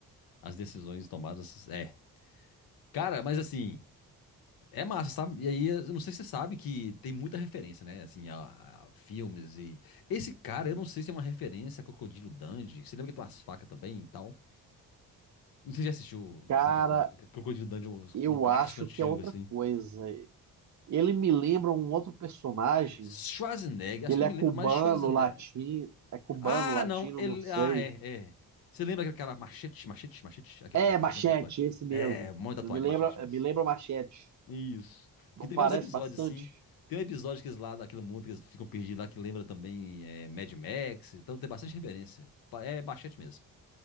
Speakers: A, on the left; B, on the right.
A: As decisões tomadas. É. Cara, mas assim, é massa, sabe? E aí, eu não sei se você sabe que tem muita referência, né? Assim, a, a filmes e. Esse cara, eu não sei se é uma referência a Crocodilo Dundee. Você lembra que tem umas facas também e tal? Não sei se já assistiu
B: Cara,
A: os episódios. do Crocodilo Dundee, um,
B: Eu
A: um clássico
B: acho
A: antigo,
B: que é outra
A: assim.
B: coisa. Ele me lembra um outro personagem.
A: Schwarzenegger, acho
B: Ele
A: que ele
B: é cubano,
A: me lembra mais de Schwarzenegger.
B: latino. É cubano,
A: Ah,
B: latino,
A: não. Ele...
B: não sei.
A: Ah, é, é. Você lembra aquele cara machete, machete, machete? Aquele
B: É,
A: cara que
B: Machete,
A: tá com um monte de tatuagem.
B: esse mesmo.
A: É, um monte de
B: Ele
A: tatuagem,
B: me lembra,
A: é machete mesmo.
B: me lembra Machete.
A: Isso. Porque
B: Não
A: tem
B: parece
A: vários episódios,
B: bastante?
A: assim. Tem um episódio que eles lá, daquele mundo que eles ficam perdidos lá, que lembra também é, Mad Max. Então tem bastante referência. Pa- É Bachete mesmo.